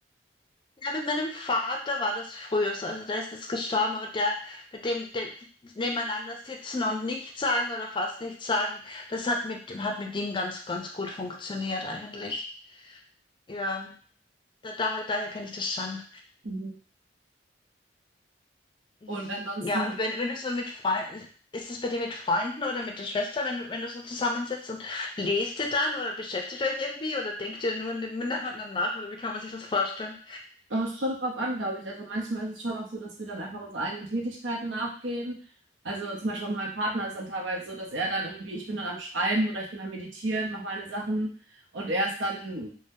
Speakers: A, on the left (about 25°); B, on the right (about 85°).
A: Ja, mit meinem Vater war das früher so. Also der ist jetzt gestorben, aber der mit dem, dem nebeneinander sitzen und nichts sagen oder fast nichts sagen, das hat mit, hat mit ihm ganz, ganz gut funktioniert eigentlich. Ja, da, da, daher kenne ich das schon.
B: Mhm.
A: Mhm.
B: Und ansonsten
A: Ja, und wenn, wenn du so mit Freunden, ist es bei dir mit Freunden oder mit der Schwester, wenn du, wenn du so zusammensitzt und lest ihr dann oder beschäftigt euch irgendwie oder denkt ihr nur miteinander nach oder wie kann man sich das vorstellen?
B: Aber es kommt drauf an, glaube ich. Also manchmal ist es schon auch so, dass wir dann einfach unsere eigenen Tätigkeiten nachgehen. Also zum Beispiel auch mit meinem Partner ist dann teilweise so, dass er dann irgendwie, ich bin dann am Schreiben oder ich bin am Meditieren, mache meine Sachen und er ist dann,